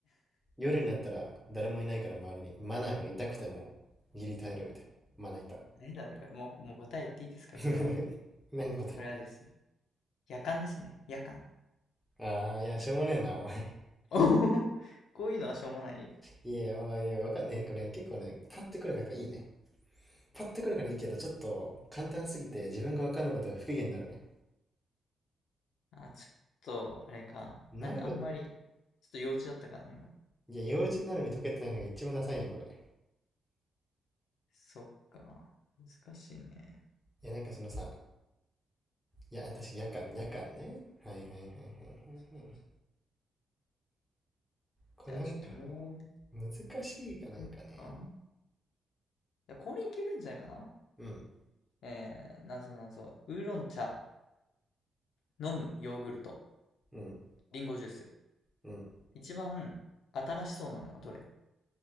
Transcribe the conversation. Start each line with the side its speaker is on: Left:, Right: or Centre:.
Centre: 夜になったら誰もいないから周りにマナーが痛くてもギリ耐えるみたいな。まな板。
Left: 何だね、これ。もう、もう答え言っていいですかこれは。
Centre: <laughs> 何答え
Left: これはですね、夜間ですね。夜間。
Centre: ああー、いや、しょうもねえな、お前。
Left: <laughs> おほほほこういうのはしょうもない。
Centre: いやいや、まあまあ、いや、わかんねえ。これね結構ね、パッてくるからやっぱいいね。パッとくるからいいけど、ちょっと簡単すぎて自分が分かんなかったら不機嫌になるね。
Left: あ、ちょっと、あれか。
Centre: 難易度、
Left: なんかあんまり、ちょっと幼稚だったかな、今。
Centre: いや、幼稚なのに解けてないのが一番ダサいんよ、これ。い
Left: そっか。難しいね。
Centre: や、なんかそのさ、いや、私、夜間、夜間ね。はいはいはいはいはいはい。
Left: そうそうそう
Centre: これなんか、
Left: じゃあ、ちょっともう一
Centre: 難しいかなんかね。
Left: 回いくか。いや、これいけるんじゃないかな
Centre: うん、
Left: えー、なぞなぞ。ウーロン茶、飲むヨーグルト、
Centre: うん、
Left: リンゴジュース。
Centre: うん。
Left: 一番新しそうなのはどれ